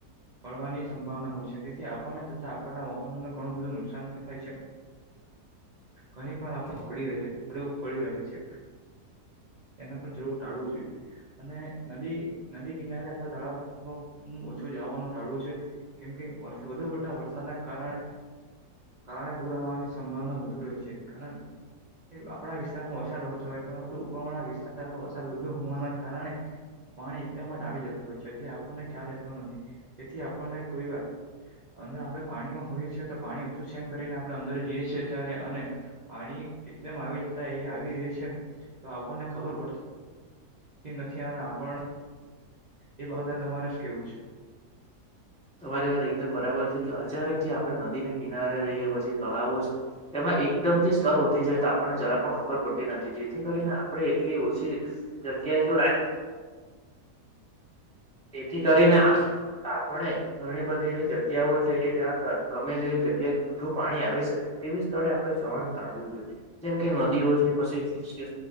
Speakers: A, on the right (about 35°); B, in the centre.
A: પવાની સંભાવના હોય છે તેથી આપણને તથા આપણના વાહનોને ઘણું બધું નુકસાન થાય છે. ઘણીક વાર આપણે પડી રહે છે. એને પણ જેવું ટાળવું જોઈએ. અને નદી, નદી કિનારે અથવા તળાવમાં ઓછું જવાનું ટાળવું છે. કેમકે વરસાદ, વધુ પડતા વરસાદના કારણે, કારણે પૂરા હોવાની. સંભાવના વધુ રહે છે, કારણ આપણા વિસ્તારમાં વરસાદ ઓછો હોય, પરંતુ ઉપરવાળા વિસ્તારમાં વરસાદ વધુ હોવાના કારણે. પાણી એકદમ જ આવી જતું હોય છે, આપણને ખ્યાલ રહેતો નથી, તેથી આપણને કોઈ વાર. અંદર આપણે પાણીમાં હોઈએ છીએ, તો પાણી ઓછું સમ કરીને આપણે અંદર જઈએ છીએ. છે ત્યારે, અને પાણી એકદમ આવી જતા, એ આવી રહ્યા છે. તો આપણને ખબર પડતી. નથી, અને આપણ એ બધા તમારે જ કેવું છે.
B: તમારી વાત એકદમ બરાબર છે, કે અચાનક જે આપણે નદીને કિનારે રહીએ, પછી તળાવો છે. તેમાં એકદમ થી સ્તર વધી જાય, તો આપણને જરા પણ ખબર પડે. નથી, જેથી કરીને આપડે એટલી ઓછી જગ્યાએ જો રાખી. એથી કરીને આપણે ઘણી બધી એવી જગ્યાઓ છે, કે જ્યાં ગમે તેવી જગ્યા. વધુ પાણી આવી શકે તેવી સ્થળે આપણે જવાનું ટાળવું જોઈએ, જેમ કે નદીઓ છે, પછી.